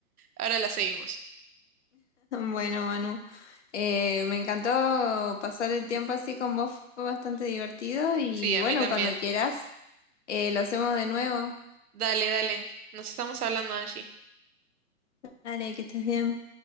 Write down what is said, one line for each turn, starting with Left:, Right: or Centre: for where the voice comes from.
Right: ahora la seguimos.
Left: Bueno, Manu, eh, me encantó pasar el tiempo así con vos, fue bastante divertido y
Right: Sí,
Left: bueno,
Right: a mí Bueno,
Left: cuando
Right: también.
Left: quieras, eh, lo hacemos de nuevo.
Right: Dale, dale. Nos estamos hablando, Angie.
Left: Dale, que estés bien.